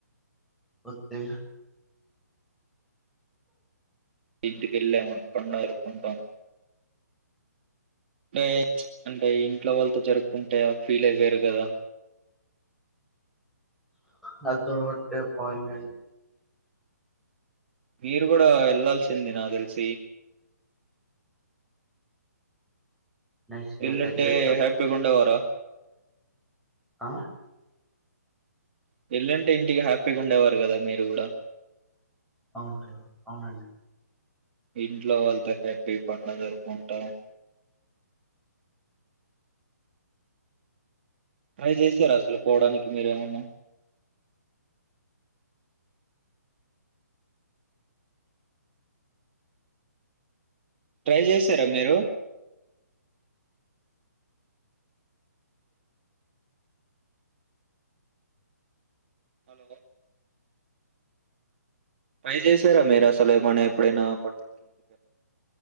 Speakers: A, in the centre; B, on the right (about 40°).
A: ఒకే
B: ఇంటికెళ్ళాం పండగ జర్పకుంటాం పేర్చ్ అంటె యిన్ ఇంట్లో వాళ్ళతో జరుపుకుంటె ఆ ఫీలే వేరు గదా
A: నాతో ఒట్టే ఫోన్ జేయి
B: మీరు గూడా ఎళ్లాల్సింది నాదెల్సి
A: నెక్స్ట్ ఇయర్
B: ఎల్లుంటే
A: ట్రై జెత్త
B: హ్యాపీగా ఉండేవారా
A: <unintelligible>
B: వెళ్ళుంటే ఇంటికి హ్యాపీగా ఉండేవారు గదా మీరు గూడ
A: అవున అవునండి
B: ఇంట్లో వాళ్ళతో హ్యాపీ పండుగ జర్పుకుంటా <inaudible> ట్రై జేశార అసలు పోడానికి మీరేమన్నా ట్రై జేసారా మీరు హలో ట్రై జేసారా మీరసలు ఏమన్నా ఎపుడైనా పండక్కి గాని